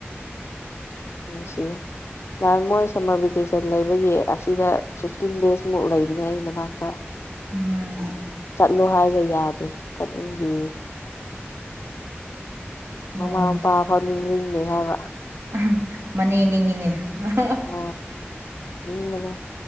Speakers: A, on the left (about 80°); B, on the right (about 85°).
A: ꯑꯣꯁꯦ ꯅꯥꯟ ꯃꯣꯏ ꯁꯝꯃꯔ ꯚꯦꯀꯦꯁꯟ ꯂꯩꯕꯒꯤ ꯑꯁꯤꯗ ꯐꯤꯐꯇꯤꯟ ꯗꯦꯖꯃꯨꯛ ꯂꯩꯕꯅꯦ ꯑꯩ ꯃꯅꯥꯛꯇ <inaudible>
B: ꯎꯝ
A: ꯆꯠꯂꯣ ꯍꯥꯏꯔꯒ ꯌꯥꯗꯦ ꯆꯠꯂꯤꯗꯤ
B: ꯑꯣ
A: ꯃꯃꯥ ꯃꯄꯥ ꯐꯥꯎꯅꯤꯡꯁꯤꯡꯤꯡꯗꯦ ꯍꯥꯏꯕ
B: ꯑ ꯃꯅꯦ ꯅꯤꯡꯉꯤꯅꯦ ꯑ
A: ꯑ ꯎ ꯃ